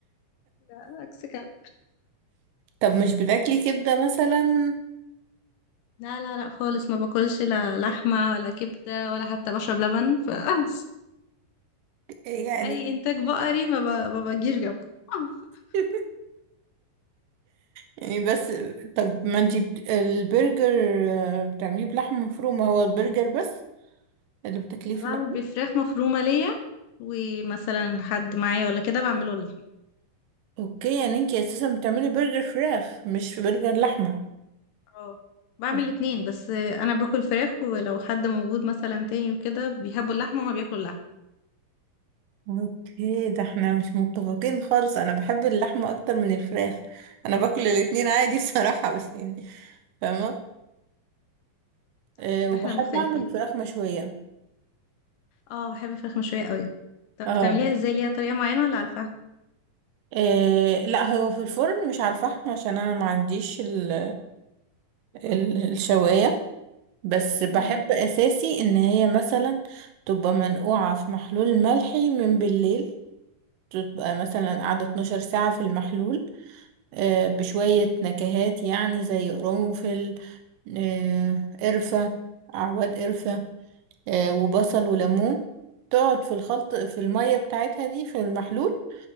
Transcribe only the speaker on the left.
لا عكسك أنا.
لا لا لا خالص ما باكلش لا لحمه ولا كبده ولا حتى بشرب لبن ف <laughs>
اي انتاج بقري ما, ب... ما بجيش جنبه <laughs>
بعمل
بفراخ مفرومه ليا ومثلا لحد معايا ولا كده بعمله لحمه
اه بعمل
الاتنين بس انا باكل فراخ ولو حد موجود مثلا تاني وكده بيحبوا اللحمه وما بياكلوا اللحمه
لا، كده
احنا مختلفين
اه بحب الفراخ مشويه قوي طب
بتعمليها
ازاي ليها طريقه معينه ولا على الفحم
مم.